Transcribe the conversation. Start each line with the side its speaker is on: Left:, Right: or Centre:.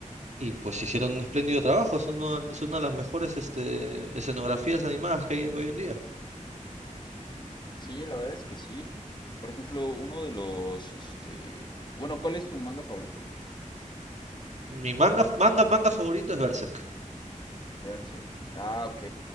Right: y pues hicieron un espléndido trabajo. Es, uno- es una de las mejores este, escenografías animadas que hay hoy en día.
Left: Sí, la verdad es que sí. Por ejemplo, uno de los, este... Bueno, ¿cuál es tu manga favorito?
Right: Mi manga, manga, manga favorito es Berserk.
Left: Berserk. Ah, ok.